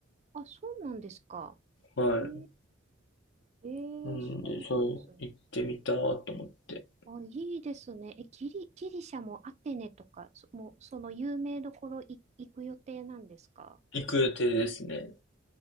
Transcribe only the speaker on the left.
はい。
うんで、
そう、行ってみたと思って。
行く予定ですね。